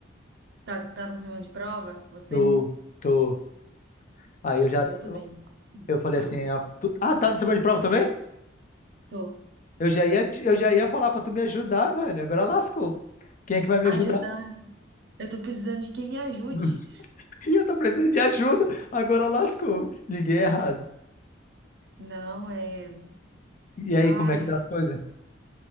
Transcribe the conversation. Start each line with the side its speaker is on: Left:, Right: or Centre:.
Right: Tá, tá na semana de prova? Você?
Left: Tô, tô. Aí eu já.
Right: Eu
Left: tô-
Right: também.
Left: Eu falei
Right: Ah,
Left: assim, ah, tu- ah, tá na semana de prova também?
Right: tô.
Left: Eu já ia, te- eu já ia falar pra tu me ajudar, velho. Agora lascou. Quem é que vai me
Right: Ajudar.
Left: ajudar?
Right: Eu tô precisando de quem me ajude.
Left: <laughs> E eu tô precisando de ajuda. Agora lascou. Liguei errado.
Right: Não, é.
Left: E aí,
Right: Ai,
Left: como é que tá as coisas?